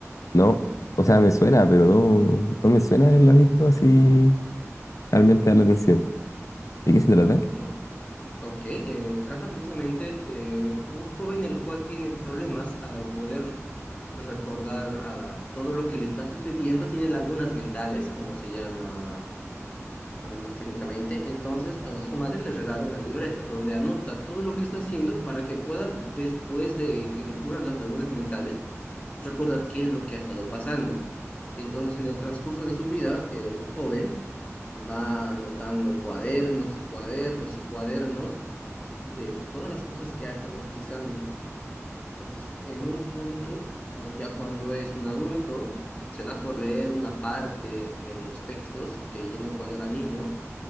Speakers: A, on the left (about 85°); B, on the left (about 25°).
A: No, o sea, me suena, pero no, no me suena haberla visto así realmente dar la atención. ¿De qué se trata?
B: O- ok, eh, trata precisamente de un joven el cual tiene problemas al poder recordar ah, todo lo que le está sucediendo, tiene lagunas mentales, como se llama ah, más técnicamente. Entonces, ah, su madre le regala una libreta donde anota todo lo que está haciendo para que pueda, después de que le ocurran las lagunas mentales, recordar qué es lo que ha estado pasando. Entonces, en el transcurso de su vida, el joven va anotando cuadernos y cuadernos y cuadernos de todas las cosas que ha estado realizando. Entonces, en un punto, ah, ya cuando es un adulto, se da por leer una parte de los textos que llenó cuando era niño